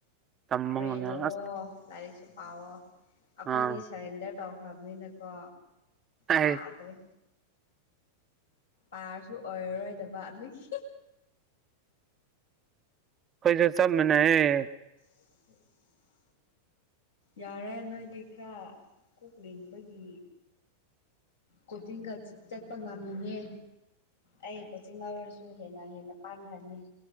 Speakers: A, on the right (about 25°); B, on the left (about 65°).
A: ꯇꯝꯕ
B: ꯄ꯭ꯔꯦ
A: ꯉꯝꯃꯦ
B: ꯇꯧꯋꯣ
A: ꯑꯁ
B: ꯂꯥꯏꯔꯤꯛ ꯄꯥꯎꯑꯣ ꯑꯩꯈꯣꯏꯗꯤ
A: ꯑꯥ
B: ꯁꯔꯦꯟꯗꯔ ꯇꯧꯈ꯭ꯔꯕꯅꯤꯅꯀꯣ
A: ꯑꯩꯈꯣꯏꯁꯨ
B: ꯄꯥꯗ꯭ꯔꯦ ꯄꯥꯔꯁꯨ ꯑꯣꯏꯔꯔꯣꯏꯗꯕ ꯑꯗꯨꯒꯤ
A: ꯑꯩꯈꯣꯏꯖꯨ ꯆꯞ ꯃꯥꯟꯅꯩꯌꯦ
B: <inaudible> ꯌꯥꯔꯦ ꯅꯣꯏꯗꯤ ꯈꯔ ꯀꯣꯛꯂꯤꯡꯕꯒꯤ ꯀꯣꯆꯤꯡꯒ ꯆꯠꯄ ꯉꯝꯃꯤꯅꯦ ꯑꯩ ꯀꯣꯆꯤꯡ ꯂꯧꯔꯁꯨ ꯍꯦꯟꯅ ꯍꯦꯟꯅ ꯄꯥꯡꯈ꯭ꯔꯅꯤ